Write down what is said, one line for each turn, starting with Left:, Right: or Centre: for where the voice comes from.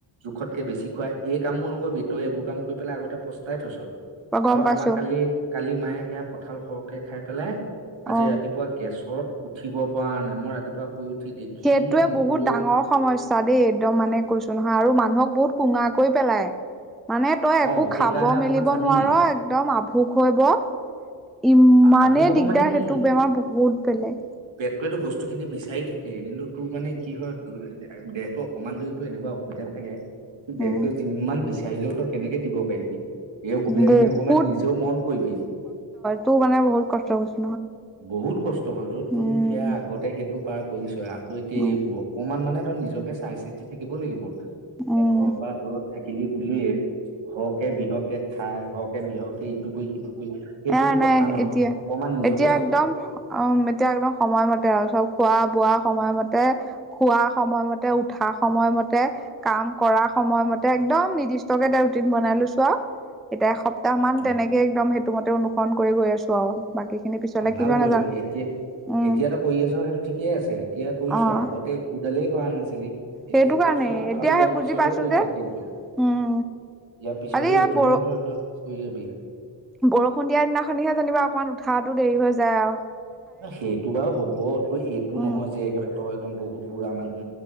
Right: জোখতকে বেছি খোৱাই। এই কামবোৰ নকৰিবি তই এইবোৰ কাম কৰি পেলাই আগতে পস্তাই থৈছ। আৰু
Centre: অ গম পাইছো
Right: আমাৰ কালি কালি মায়ে সেয়া কঁঠাল সৰহকে খাই পেলাই। আজি
Centre: অ
Right: ৰাতিপুৱা গেছত উঠিব পৰা নাই। মই ৰাতিপুৱা শুই উঠি দেখি
Centre: সেইটোৱে
Right: মই
Centre: বহুত
Right: বোলো
Centre: ডাঙৰ সমস্যা দেই একদম মানে কৈছো নহয় আৰু মানুহক বহুত। কোঙাকৈ পেলাই। মানে তই
Right: অ
Centre: একো
Right: সেইকাৰণে
Centre: খাব
Right: অকমান
Centre: মেলিব
Right: চাবি
Centre: নোৱাৰ একদম আভোক হৈব। ইমানেই
Right: আভুক হব
Centre: দিগদাৰ
Right: মানে কি
Centre: সেইটো বেমাৰ বহুত বেলেগ।
Right: তেতো বস্তু খিনি বিচাৰি থাকে কিন্তু তোৰ মানে কি হয় দেহতটো অকনমান দৰিতো এনেকুৱা অসুবিধাত থাকে দেহটোৱে
Centre: উম,
Right: যিমান বি বিচাৰিলে কেনেকে দিব পাৰিবি এই অসুবিধাখিনি
Centre: বহুত
Right: অকমান নিজেও মন কৰিবি।
Centre: তোৰ মানে বহুত কষ্ট কৰিছ।
Right: বহুত কষ্ট হয়তো তোৰ
Centre: উম,
Right: সেয়া আগতে সেইটো পাৰ কৰিছ আকৌ এতিয়া
Centre: উম,
Right: এইবোৰ অকমান মানে নিজকে চাই চিতি থাকিব লাগিব এতিয়া
Centre: উম,
Right: ঘৰৰ পৰা দূৰত থাকিলি বুলিয়েই হওক কে বিহকে খাই সৰহকে বিহকে এইটো কৰি সিটো কৰি সেইটোতো
Centre: নাই
Right: কথা
Centre: নাই
Right: নহয়
Centre: এতিয়া
Right: অকণমান নিজক
Centre: এতিয়া একদম উম এতিয়া একদম সময়মতে আৰু চব খোৱা বোৱা সময়মতে খোৱা সময়মতে উঠা সময়মতে কাম কৰা সময়মতে একদম নিৰ্দিষ্ট কে ৰুটিন বনাই লৈছো আৰু এতিয়া তাহামান
Right: অ
Centre: তেনেকে একদম সেইটোমতে অনুসৰণ কৰি গৈ আছো। আৰু বাকী খিনি পিছলে
Right: অ' ভাল
Centre: কি হয়
Right: কৰিছ
Centre: নাজানো
Right: এতিয়া
Centre: উম,
Right: এতিয়াতো কৰি আছ সেইটো ঠিকেই আছে এতিয়া কৈছ
Centre: অ',
Right: আগতে একোডালেই কৰা নাছিলি। এতিয়া
Centre: সেইটো কাৰণে
Right: কৈছ আৰু
Centre: এতিয়াহে
Right: ইয়াৰ
Centre: বুজি
Right: পিছলেও
Centre: পাইছো
Right: কৈ
Centre: যে।
Right: থাক কিন্তু। ইয়াৰ
Centre: উম।
Right: পিছলৈও
Centre: আজি ইয়াত
Right: এইটো
Centre: বৰ
Right: মানে ত কৈ যাবি।
Centre: বৰষুণ দিয়া দিনাখনিহে যেনিবা অকণমান উঠাহটো দেৰি হৈ যায় আৰ
Right: সেইটো বাৰু হ'ব তই এইটো
Centre: উম
Right: নহয় যে একেবাৰে তই একদম, বহুত বুঢ়া মানুহ,